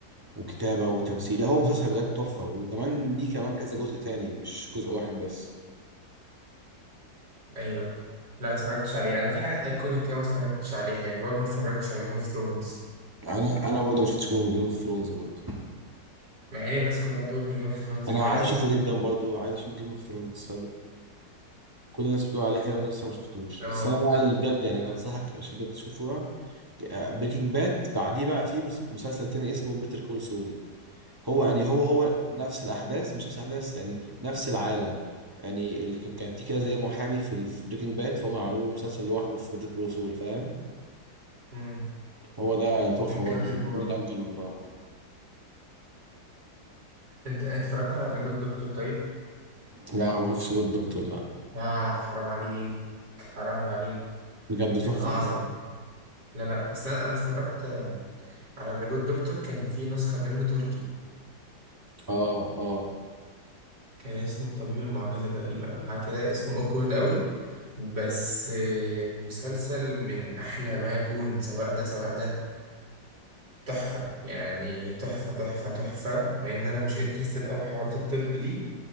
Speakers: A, on the right (about 20°); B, on the right (about 75°).
A: وكتابة وتمثيل لا، هو مسلسل بجد تحفة وكمان ليه كمان كذا جزء تاني مش جزء واحد بس
B: أيوه لا متفرجتش عليه أنا في حاجات أيكونيك كده متفرجتش عليها يعني برضه متفرجتش على جيم اوف ثرونز
A: أنا أنا برضه ما شفتش جيم أوف ثرونز برضه
B: مع إن الناس كلها تقول إن جيم اوف ثرونز
A: أنا
B: جامد
A: عايز
B: أوي
A: أشوفه جدا برضه عايز أشوف جيم أوف ثرونز كل الناس بتقول عليه حلو انا لسه ما شفتوش
B: أه
A: بس انا بقى اللي بجد يعني انا انصحك اشد تشوفه بقى بريكنج باد بعديه بقى في مس- مسلسل تاني اسمه بيتر كول سول هو يعني هو هو نفس الاحداث مش نفس الاحداث يعني نفس العالم يعني ال- كان كان في كده زي محامي في بريكنج باد فهم عملوا له مسلسل لوحده في بيتر كول سول فاهم
B: مم.
A: هو ده تحفه
B: ممكن
A: برضه
B: أشوفه برضه
A: من افضل من بعض
B: أنت أنت اتفرجت على ذا جود دكتور طيب؟
A: لا ما اعرفش الدكتور لا
B: آه حرام عليك حرام عليك
A: بجد
B: من
A: تحفه
B: الأعظم لا لا بس أنا أنا اتفرجت آم، على ذا جود دكتور كان في نسخة منه تركي
A: اه اه
B: كان اسمه طبيب المعجزة تقريبا أو حاجة كده اسمه أوكورد أوي بس آه، مسلسل من أحلى ما يكون سواء ده سواء ده تحفة يعني تحفة تحفة تحفة مع إن أنا مش انترستد أوي بحوارات الطب دي